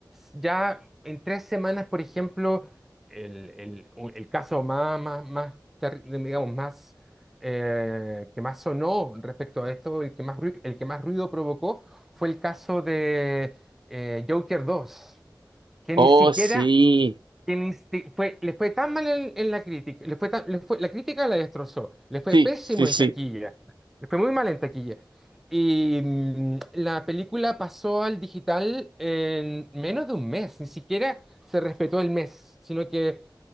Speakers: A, in the centre; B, on the right (about 80°).
A: ya en tres semanas, por ejemplo, el, el- un- el caso más, más, más terri- digamos, más, eh, que más sonó respecto a esto, el que más ruido, el que más ruido provocó, fue el caso de eh, Joker 2 que
B: Oh,
A: ni siquiera
B: sí.
A: quien insti- fue, le fue tan mal en, en la crítica, le fue tan- le fue- la crítica la destrozó, le fue
B: Sí,
A: pésimo
B: sí, sí.
A: en taquilla, le fue muy mal en taquilla. Y mm, la película pasó al digital en menos de un mes, ni siquiera se respetó el mes, sino que